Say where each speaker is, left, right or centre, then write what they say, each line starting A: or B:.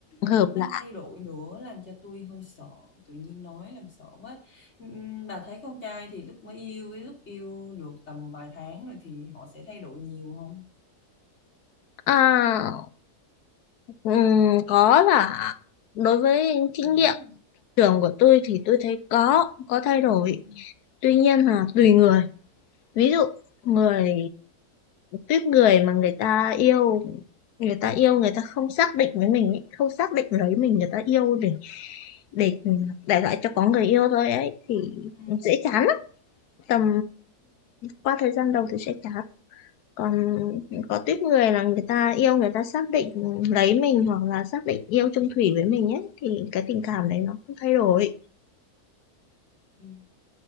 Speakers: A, on the left (about 75°); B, on the left (about 45°).
A: hợp
B: ảnh
A: là
B: đang thay đổi nữa làm cho tôi hơi sợ tự nhiên nói làm sợ quá ừ, bà thấy con trai thì lúc mới yêu với lúc yêu được tầm vài tháng rồi thì họ sẽ thay đổi nhiều không
A: à ừm, có là đối với kinh
B: có
A: nghiệm trường của tôi thì tôi thấy có có thay đổi
B: Ừ.
A: tuy nhiên là tùy người ví dụ người
B: ừ.
A: tuyết người mà người ta yêu người ta yêu người ta không xác định với mình ấy, không xác định lấy mình người ta yêu để để để lại cho có người yêu thôi ấy thì
B: Ừ.
A: dễ chán lắm tầm qua thời gian đầu thì sẽ chán còn có tuyết người là người ta yêu người ta xác định lấy mình hoặc là xác định yêu chung thủy với mình ấy thì cái tình cảm
B: Ừ.
A: đấy nó không thay đổi
B: Ừ.